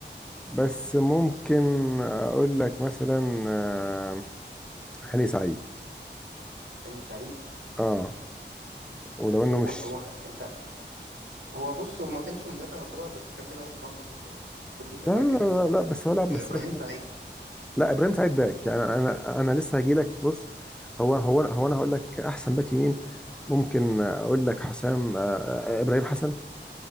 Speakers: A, in the centre; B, on the right (about 80°).
A: بس ممكن اقول لك مثلا آه، هاني سعيد
B: هاني سعيد
A: اه ولو انه
B: هو
A: مش
B: هو انت هو بص هو ما كانش مدافع يعتبر بس كان بيلعب برضه في, في في كل الاماكن
A: لا لا لا, لا لا، بس هو لاعب
B: آه،
A: مساك
B: ابراهيم سعيد
A: لا ابراهيم سعيد باك يعني انا انا لسه هجي لك بص هو هو هو انا هقول لك احسن باك يمين ممكن اقول لك حسام آه، آه، ابراهيم حسن